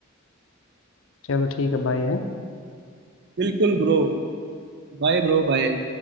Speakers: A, on the left (about 65°); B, on the right (about 55°).
A: चलो ठीक है बाय
B: बिल्कुल ब्रो Bye bro bye